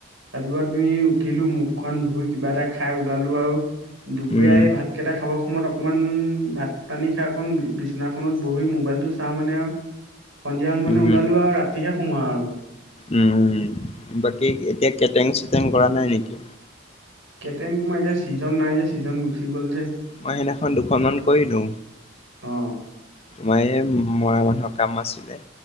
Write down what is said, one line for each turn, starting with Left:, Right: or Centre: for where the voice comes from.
Right: ৰাতিপুৱা তুমি উঠিলো মুখখন ধুই কিবা এটা খাই ওলালো আৰু দুপৰীয়া
Left: উম
Right: এই ভাতকেইটা খাব অকমান ভাত পানী খা অকণ বিছনাখনত বহি মোবাইলটো চাওঁ মানে আৰু সন্ধিয়া হল মানে
Left: উম
Right: ওলালো আৰু ৰাতিহে সোমোৱা আৰু
Left: উম বাকী এতিয়া কেটেং চেটেং কৰা নাই নেকি
Right: কেটেং তোমাৰ এতিয়া ছিজন নাই যে ছিজন গুচি গ'ল যে
Left: মই সেইদিনাখন দুখনমান কৰিলো
Right: অ',
Left: মানে মৰা মানুহৰ কাম আছিলে